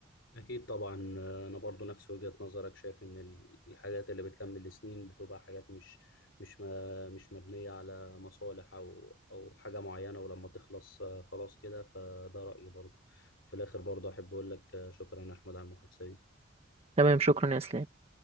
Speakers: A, on the left; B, on the right.
A: أكيد طبعا آه، أنا برضو نفس وجهة نظرك شايف إن ال- الحاجات اللي بتكمل سنين بتبقى حاجات مش مش ما مش مبنية على مصالح أو أو حاجة معينة ولما تخلص آه، خلاص كده فده رأيي برضو في الآخر برضو أحب أقول لك آه، شكرا يا أحمد على المحادثة دي
B: تمام شكرا يا إسلام